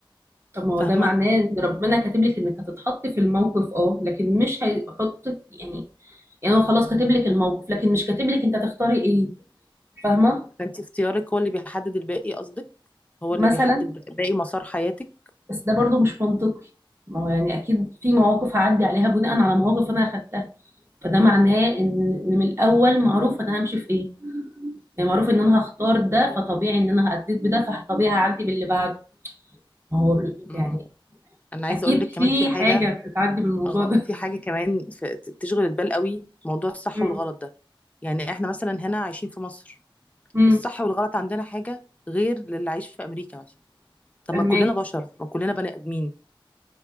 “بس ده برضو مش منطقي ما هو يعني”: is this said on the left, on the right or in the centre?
Right